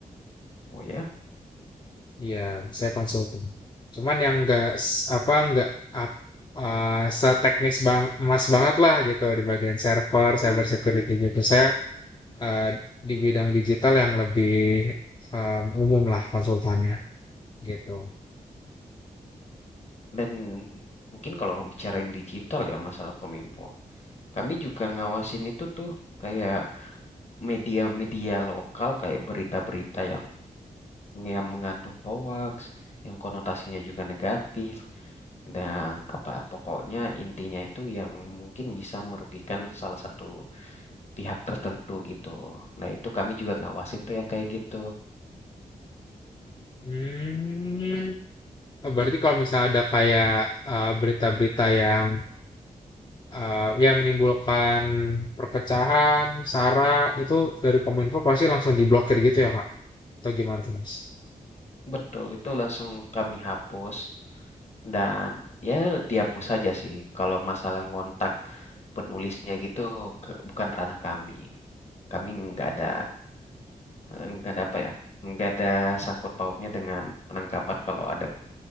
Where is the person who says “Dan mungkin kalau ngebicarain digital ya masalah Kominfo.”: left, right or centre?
Left